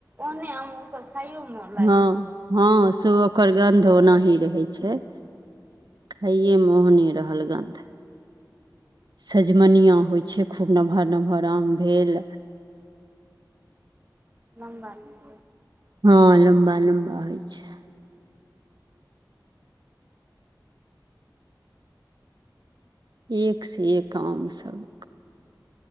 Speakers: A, on the right (about 25°); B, on the right (about 65°).
A: ओ नय आ ओ सब खइो मन लाग
B: हँ
A: छय
B: हँ से ओकर गन्ध ओनाही रहै छय खाइये मे ओहो नइ रहल गन्ध सजमनिआँ होइ छै खूब नमहर नमहर आम भेल
A: हम बात में <inaudible>
B: हँ लम्बा लम्बा होइ छय एक से एक आम सब